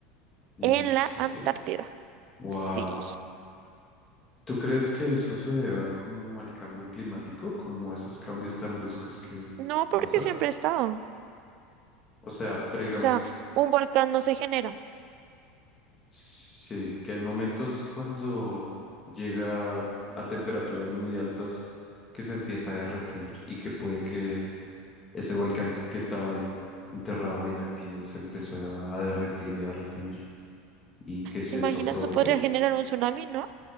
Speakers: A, on the left; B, on the right.
A: ¿En
B: en
A: serio?
B: la Antártida.
A: Wow.
B: Sí,
A: ¿Tú crees que eso se debe como al cambio climático, como esos cambios tan bruscos que
B: no porque
A: pasan?
B: siempre ha estado.
A: O sea, pero digamos
B: O sea,
A: que
B: un volcán no se genera.
A: sí, que hay momentos cuando llega a temperaturas muy altas que se empieza a derretir y que puede que ese volcán que estaba ahí enterrado, o inactivo, se empezara a derretir y a derretir y que se
B: ¿Te imaginas?
A: eso provoque.
B: Eso podría generar un tsunami, ¿no?